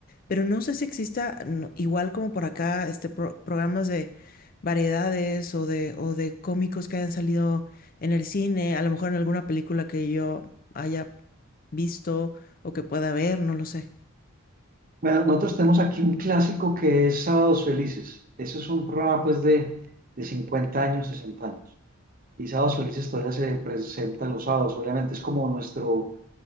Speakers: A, on the left (about 40°); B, on the right (about 40°).
A: pero no sé si exista, no, igual como por acá, este pro- programas de variedades o de, o de cómicos que hayan salido en el cine, a lo mejor en alguna película que yo haya visto o que pueda ver, no lo sé.
B: Bueno, nosotros tenemos aquí un clásico que es Sábados Felices. Ese es un programa pues de, de 50 años, 60 años. Y Sábados Felices todavía se presenta los sábados. Obviamente es como nuestro